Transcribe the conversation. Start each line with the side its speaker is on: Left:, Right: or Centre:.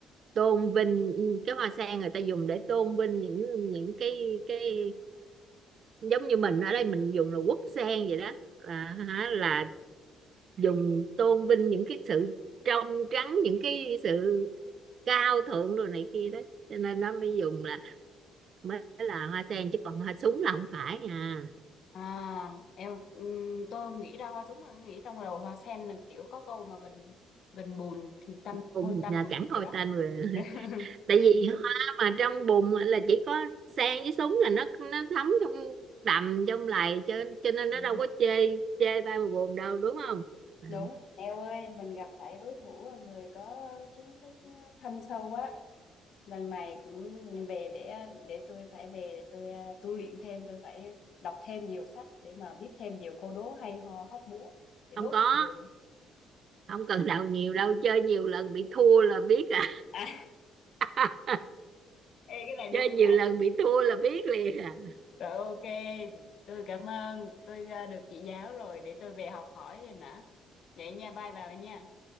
Right: tôn vinh cái hoa sen người ta dùng để tôn vinh những những cái cái giống như mình ở đây mình dùng là quốc sen vậy đó là hả, là dùng tôn vinh những cái sự trong trắng những cái sự cao thượng rồi này kia đấy cho nên nó mới dùng là mới là hoa sen chứ còn hoa súng là không phải à
Left: à eo ừm, tôi nghĩ ra hoa súng mà nghĩ trong đầu hoa sen là kiểu có câu mà gần gần bùn thì tanh
Right: bùn
Left: hôi tanh
Right: là
Left: bùn
Right: chẳng
Left: gì
Right: coi
Left: đó
Right: tên rồi <laughs>
Left: <laughs>
Right: tại vì hoa mà trong bùn là chỉ có sen với súng là nó nó thấm trong đầm trong lầy cho cho nên nó
Left: Ừ,
Right: đâu có chê chê ba mà buồn đâu đúng không à,
Left: đúng eo ơi mình gặp phải đối thủ là người có kiến thức thâm sâu quá lần này cũng về để để tôi phải về để tôi à, tu luyện thêm tôi phải đọc thêm nhiều sách để mà biết thêm nhiều câu đố hay ho hóc búa để
Right: không
Left: đố
Right: có
Left: mọi người
Right: không cần đầu nhiều đâu chơi nhiều lần bị thua là biết à
Left: à
Right: <laughs>
Left: ê, cái này đúng
Right: chơi nhiều
Left: nè
Right: lần bị thua là biết liền à
Left: rồi ok tôi cảm ơn tôi à, được chị giáo rồi để tôi về học hỏi thêm nữa vậy nha bye bà nha